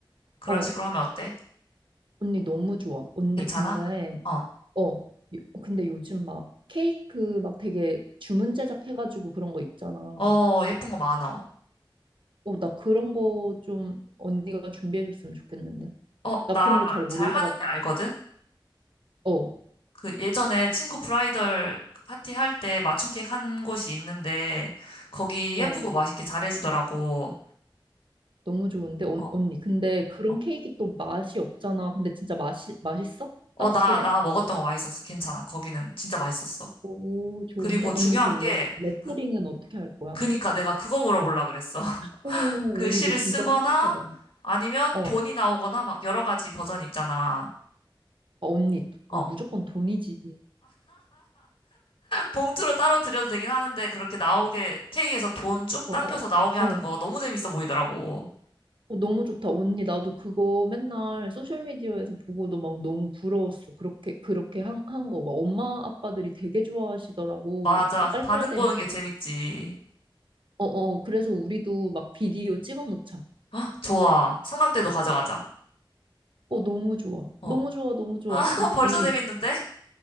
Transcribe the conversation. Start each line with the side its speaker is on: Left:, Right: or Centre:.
Left: 그런
Right: 어.
Left: 식으로 하면 어때?
Right: 언니 너무 좋아. 언니,
Left: 괜찮아?
Right: 근데,
Left: 어,
Right: 어, 요- 근데 요즘 막 케이크 막 되게 주문 제작해가지고 그런 거 있잖아.
Left: 어, 예쁜 거 많아.
Right: 어, 나 그런 거 좀 언니가 준비해줬으면 좋겠는데.
Left: 어,
Right: 나
Left: 나
Right: 그런 거 잘 몰라가지고.
Left: 잘 하는데 알거든?
Right: 어,
Left: 그 예전에 친구 브라이덜 파티 할 때 맞춤 케이크 한 곳이 있는데 거기
Right: 어.
Left: 예쁘고 맛있게 잘해주더라고.
Right: 너무 좋은데, 언,
Left: 어,
Right: 언니. 근데 그런
Left: 어.
Right: 케이크 또 맛이 없잖아. 근데 진짜 맛이, 맛있어?
Left: 어,
Right: 확실해?
Left: 나, 나 먹었던 거 맛있었어. 괜찮아. 거기는 진짜 맛있었어.
Right: 오, 좋은데?
Left: 그리고 중요한
Right: 언니, 그 레,
Left: 게
Right: 레터링은
Left: 그,
Right: 어떻게 할 거야?
Left: 그니까 내가 그거 물어보려고 그랬어. <laughs>
Right: 오,
Left: 글씨를
Right: 우리 이거
Left: 쓰거나
Right: 진짜 생각하자.
Left: 아니면
Right: 어, 어,
Left: 돈이 나오거나 막 여러 가지 버전이 있잖아.
Right: 언니, 어,
Left: 어.
Right: 무조건 돈이지.
Left: 봉투로 따로 드려도 되긴 하는데 그렇게 나오게 케이크에서 돈 쭉
Right: 어,
Left: 당겨서
Right: 어,
Left: 나오게 하는
Right: 어.
Left: 거 너무 재밌어 보이더라고.
Right: 어, 너무 좋다. 언니, 나도 그거 맨날 소셜미디어에서 보고도 막 너무 부러웠어. 그렇게, 그렇게 한, 한 거. 막 엄마, 아빠들이 되게 좋아하시더라고.
Left: 맞아.
Right: 막
Left: 그
Right: 깔깔대면서.
Left: 반응 보는 게 재밌지.
Right: 어, 어, 그래서 우리도 막 비디오 찍어 놓자.
Left: 아, 좋아. 삼각대도 가져가자.
Right: 어, 너무 좋아.
Left: 어.
Right: 너무 좋아, 너무 좋아.
Left: 아, <laughs>
Right: 어,
Left: 벌써
Right: 언니,
Left: 재밌는데?